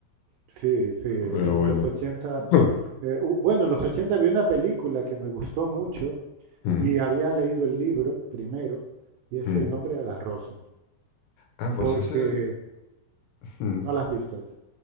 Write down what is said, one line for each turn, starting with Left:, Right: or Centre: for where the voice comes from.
Right: Sí, sí, en
Left: Pero bueno.
Right: los 80,
Left: <clears throat> <laughs>
Right: eh, u- bueno, en los 80 vi una película que me gustó mucho
Left: Mm,
Right: y había leído el libro primero y es
Left: mm.
Right: El nombre de las rosas,
Left: Ah, pues
Right: porque
Left: ese... mm.
Right: no la has visto esa.